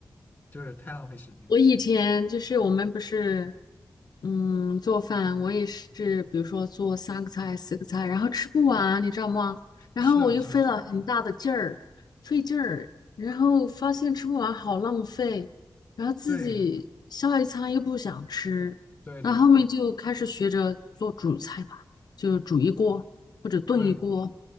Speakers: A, on the left (about 25°); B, on the left (about 70°).
A: 就是太浪费时间了。
B: 我以前就是我们不是，嗯，做饭，我也是，比如说做三个菜、四个菜，然后吃不完，你知道吗？然后我又费了很大的劲儿，
A: 是啊是啊是啊，
B: 费劲儿，然后发现吃不完好浪费，然后自己下一餐又不想吃，
A: 对对对对
B: 那后面就开始学着做主菜吧，就煮一锅或者炖一锅，
A: 对，